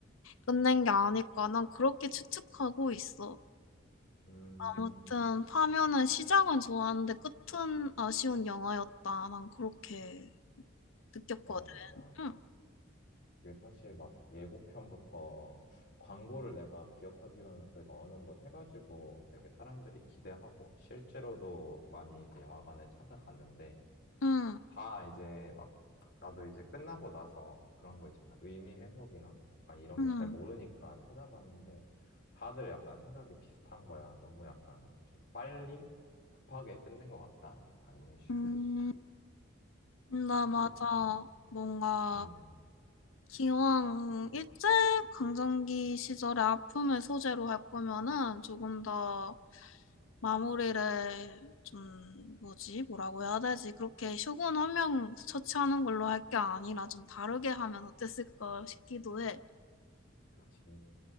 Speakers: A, on the left; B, on the left.
A: 끝낸 게 아닐까. 난 그렇게 추측하고 있어.
B: 음,
A: 아무튼 파묘는 시작은 좋았는데 끝은 아쉬운 영화였다. 난 그렇게 느꼈거든.
B: 맞아, 맞아.
A: 응,
B: 그게 사실 막 예고편부터 광고를 내가 기억하기로는 그래도 어느 정도 해가지고 되게 사람들이 기대하고 실제로도 많이 이제 영화관에 찾아갔는데
A: 응,
B: 다 이제 막 나도 이제 끝나고 나서 그런 거 있잖아. 의미 해석이나 약간 이런
A: 응,
B: 거 잘 모르니까 찾아봤는데 다들 약간 생각이 비슷한 거야. 너무 약간 좀 빨리 급하게 끝낸 것 같다. 약간 이런 식으로.
A: 응. 음, 나
B: 그래도
A: 맞아.
B: 전,
A: 뭔가
B: 음,
A: 기왕 일제 강점기 시절의 아픔을 소재로 할 거면은 조금 더 마무리를 좀 뭐지 뭐라고 해야 되지 그렇게 쇼군 한 명 처치하는 걸로 할 게 아니라 좀 다르게 하면 어땠을까 싶기도 해.
B: 그치.